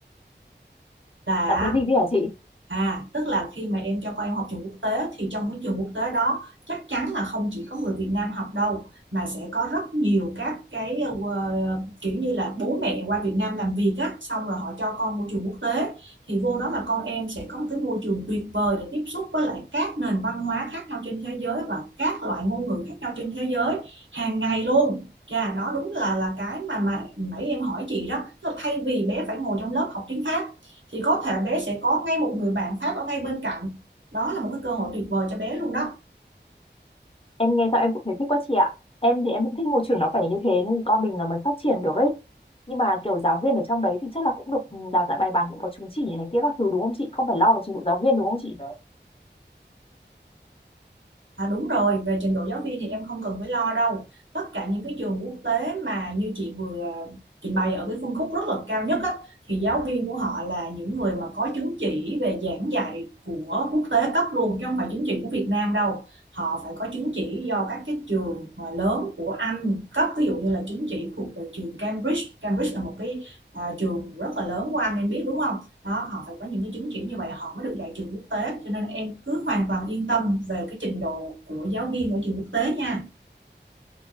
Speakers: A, on the right; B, on the left.
A: là
B: Là cái gì thế hả chị?
A: À, tức là khi mà em cho con em học trường quốc tế thì trong cái trường quốc tế đó chắc chắn là không chỉ có người Việt Nam học đâu mà sẽ có rất nhiều các cái ờ, ờ, kiểu như là bố mẹ qua Việt Nam làm việc á xong rồi họ cho con môi trường quốc tế thì vô đó là con em sẽ có một cái môi trường tuyệt vời để tiếp xúc với lại các nền văn hóa khác nhau trên thế giới và các loại ngôn ngữ khác nhau trên thế giới hàng ngày luôn. Chà, đó đúng là là cái mà mà nãy em hỏi chị đó, tức là thay vì bé phải ngồi trong lớp học tiếng Pháp thì có thể bé sẽ có ngay một người bạn Pháp ở ngay bên cạnh đó là một cái cơ hội tuyệt vời cho bé luôn đó
B: Em nghe sao em cũng thấy thích quá chị ạ. Em thì em cũng thích môi trường nó phải như thế nên con mình nó mới phát triển được ấy. Nhưng mà kiểu giáo viên ở trong đấy thì chắc là cũng được ừ, đào tạo bài bản cũng có chứng chỉ này kia các thứ đúng không chị? Không phải lo về trình độ giáo viên đúng không chị?
A: à đúng rồi về trình độ giáo viên thì em không cần phải lo đâu tất cả những cái trường quốc tế mà như chị vừa trình bày ở cái phân khúc rất là cao nhất á, thì giáo viên của họ là những người mà có chứng chỉ về giảng dạy của quốc tế cấp luôn chứ không phải chứng chỉ của Việt Nam đâu họ phải có chứng chỉ do các cái trường mà lớn của Anh cấp ví dụ như là chứng chỉ thuộc về trường Cambridge Cambridge là một cái à, trường rất là lớn của Anh em biết đúng không đó họ phải có những cái chứng chỉ như vậy họ mới được dạy trường quốc tế cho nên em cứ hoàn toàn yên tâm về cái trình độ của giáo viên ở trường quốc tế nha